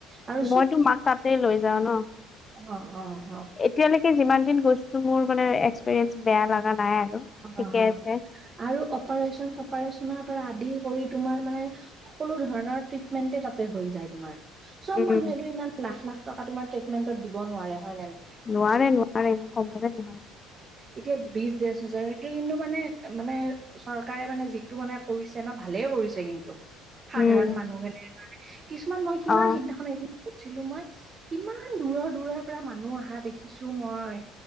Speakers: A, on the right; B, on the left.
A: আৰু
B: মইতো
A: চব
B: মাক তাতে লৈ যাওঁ ন?
A: অ' অ'।
B: এতিয়ালেকে যিমান দিন গৈছো, মোৰ মানে এক্সপেৰিয়েন্স বেয়া লগা নাই আৰু ঠিকে
A: অ' অ'।
B: আছে
A: আৰু অপাৰেচন-চপাৰেচন? পৰা আদি কৰি তোমাৰ মানে, সকলোধৰণৰ ট্ৰিটমেন্টে তাতে হৈ যায় তোমাৰ। চব
B: উম
A: মানুহেটো ইমান লাখ লাখ টকা তোমাৰ ট্ৰিটমেণ্টত দিব নোৱাৰে হয় নে নহয়?
B: নোৱাৰে নোৱাৰে। ইমান সম্ভৱে নহয়।
A: এতিয়া বিজ এইটো কিন্তু মানে, মানে চৰকাৰে মানে যিটো মানে কৰিছে। ভালে কৰিছে কিন্তু! সাধাৰণ
B: উম
A: মানুহখিনিৰ কাৰণে, কিছুমান মই কিমান
B: অ
A: সেইদিনাখনো এদিন কৈছিলো মই, কিমান দূৰৰ দূৰৰ পৰা মানুহ অহা দেখিছো মই!